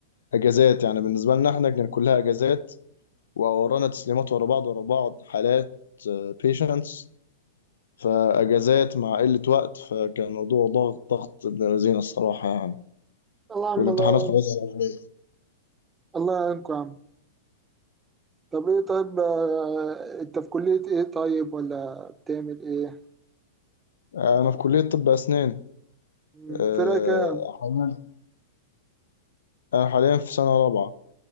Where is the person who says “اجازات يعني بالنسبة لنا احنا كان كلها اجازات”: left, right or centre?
Left